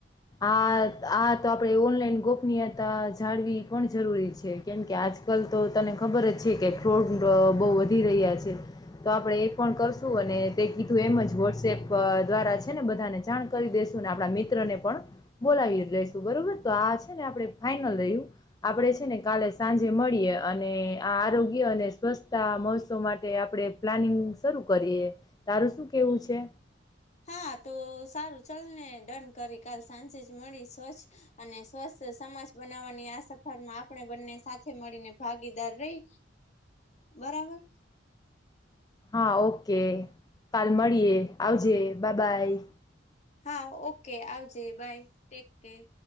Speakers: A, on the left; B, on the left.
A: આ-આ તો આપણે ઓનલાઈન ગોપનીયતા જાળવી પણ જરૂરી છે. કેમ કે આજકાલ તો તને ખબર જ છે કે ફ્રોડ અહ બહુ વધી રહ્યા છે. તો આપણે એ પણ કરશું, અને તે કીધું એમ જ વોટ્સએપ દ્વારા છે, ને બધાને જાણ કરી દેશું ને આપણા મિત્રને પણ બોલાવી લઈશું, બરોબર? તો આ છે ને આપણે ફાઈનલ રહ્યું આપણે છે ને કાલે સાંજે મળીએ, અને આ આરોગ્ય અને સ્વછતા મહોત્સવ માટે આપડે પ્લાનિંગ શરૂ કરીએ. તારું શું કેવું છે?
B: હા, તો સારું ચલ ને ડન કરી કાલ સાંજે જ મળી, સ્વચ્છ અને સ્વસ્થ સમાજ બનાવવાની આ સફરમાં આપણે બંને સાથે મળીને ભાગીદાર રહી. બરાબર?
A: હા, ઓકે. કાલ મળીએ, આવજે, બ બાય.
B: હા ઓકે. આવજે, બાય, ટેક કેર.